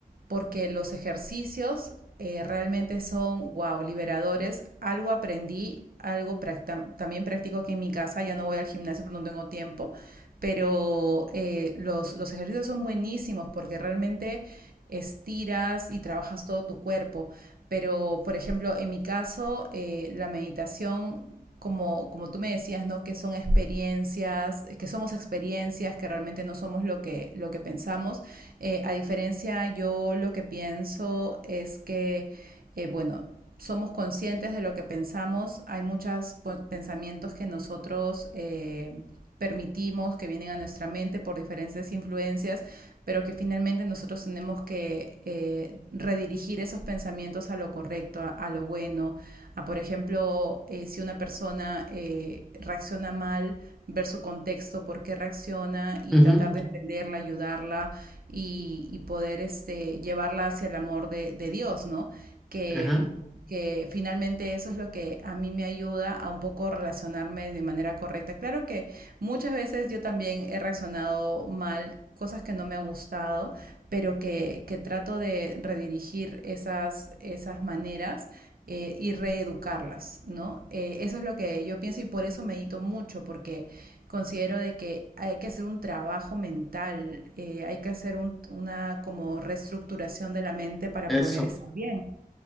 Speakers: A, on the right; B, in the centre.
A: porque los ejercicios eh, realmente son, wow, liberadores. Algo aprendí, algo practam- también practico aquí en mi casa, ya no voy al gimnasio porque no tengo tiempo, pero eh, los, los ejercicios son buenísimos porque realmente estiras y trabajas todo tu cuerpo. Pero, por ejemplo, en mi caso, eh, la meditación, como, como tú me decías, ¿no? Que son experiencias, que somos experiencias, que realmente no somos lo que, lo que pensamos. Eh, a diferencia, yo lo que pienso es que, eh, bueno, somos conscientes de lo que pensamos. Hay muchos pensamientos que nosotros Eh, permitimos que vienen a nuestra mente por diferentes influencias pero que finalmente nosotros tenemos que eh, redirigir esos pensamientos a lo correcto, a, a lo bueno, a por ejemplo, eh, si una persona eh, reacciona mal, ver su contexto, por qué reacciona y
B: Ujú,
A: tratar de entenderla, ayudarla y, y poder este, llevarla hacia el amor de, de Dios, ¿no? Que
B: ajá,
A: que finalmente eso es lo que a mí me ayuda a un poco relacionarme de manera correcta. Claro que Muchas veces yo también he reaccionado mal, cosas que no me han gustado, pero que, que trato de redirigir esas, esas maneras eh, y reeducarlas, ¿no? Eh, eso es lo que yo pienso y por eso medito mucho, porque considero de que hay que hacer un trabajo mental, eh, hay que hacer un- una como reestructuración de la mente para
B: eso.
A: poder estar bien.